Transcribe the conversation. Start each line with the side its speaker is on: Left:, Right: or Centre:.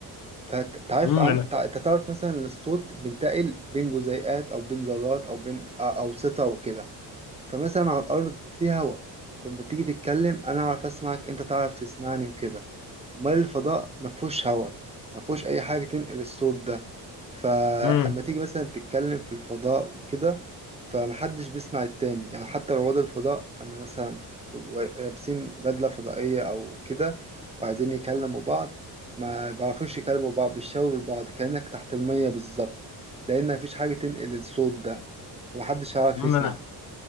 Right: فانت عارف
Left: امم
Right: عن
Left: انا
Right: تع- انت تعرف مثلا ان الصوت بينتقل بين جزيئات او بين ذرات او بين أ- اوسطة وكده فمثلا على الأرض في هوا فلما تيجي تتكلم أنا أعرف أسمعك أنت تعرف تسمعني وكده أمال الفضاء مفهوش هوا مفهوش أي حاجة تنقل الصوت ده فأما
Left: امم
Right: تيجي مثلا تتكلم في الفضاء وكده فمحدش بيسمع التاني يعني حتى رواد الفضاء أما مثلا يبقوا لابسين بدلة فضائية أو كده وعايزين يكلموا بعض ما بيعرفوش يكلموا بعض بيشاوروا لبعض كأنك تحت المية بالظبط لأن مفيش حاجة تنقل الصوت ده فمحدش هيعرف
Left: امم
Right: يسمع
Left: انا